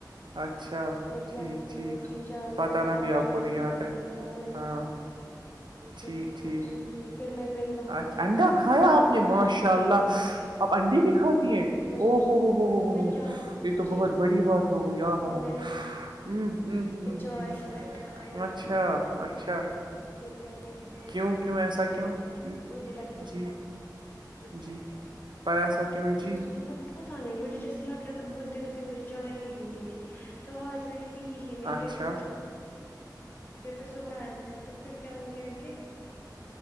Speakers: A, on the right; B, on the left.
A: اچھا
B: پھر
A: ٹھیک
B: کیا میں صبح
A: ٹھیک
B: اٹھی چائے
A: پت
B: تو
A: نا
B: آج
A: بھی آپ
B: میں
A: کو
B: نے
A: نہیں
B: صبح
A: آتا ہے
B: پی تو میں
A: ہاں
B: نے
A: ٹھیک
B: صرف
A: ٹھیک
B: جی جی پھر میں گئی وہاں
A: اچھا
B: تو
A: انڈا
B: پھر
A: کھایا
B: میں
A: آپ
B: اندر
A: نے ماشاء
B: جی جی کے
A: اللہ
B: یہاں
A: اپ انڈے بھی کھاتی
B: گئی
A: ہیں او
B: جی جی
A: ہوو ہو ہو ہو
B: میں
A: ہو
B: چا
A: یہ تو
B: جی
A: بہت
B: جی
A: بڑی
B: بالکل
A: بات ہو گئی آ ہ
B: تو
A: ہ
B: میں نے
A: ہ ہ
B: چائے
A: ہ
B: چائے ذرا اوائڈ
A: اچھا
B: کر رہی ہوں کیونکہ
A: اچھا
B: جو کیا کہتے ہیں
A: کیوں کیوں ایسا کیوں ج
B: مجھے لگ
A: جی جی پر ایسا کیوں ہے جی
B: مجھے بقت پتا نہیں مجھے جیسے لگ رہا تھا بہت دن سے مجھے چائے نہیں پینی تھی تو آج میں نے پی ہی نہیں
A: تو آج
B: لیکن مجھے ج پھر صبح آئےتے تو پھر کیا ہو گیا ہے کہ